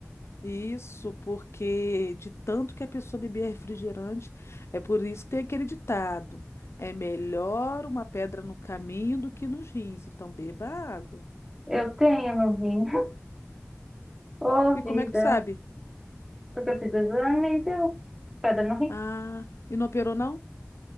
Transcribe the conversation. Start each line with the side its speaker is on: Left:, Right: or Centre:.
Left: Isso, porque de tanto que a pessoa bebia refrigerante, é por isso que tem aquele ditado: é melhor uma pedra no caminho do que nos rins. Então beba água.
Centre: Eu tenho no rim. <laughs> Ô,
Left: E
Centre: vida.
Left: como é que tu sabe?
Centre: Porque eu fiz exame e deu. Pedra no rim.
Left: Ah, e não operou não?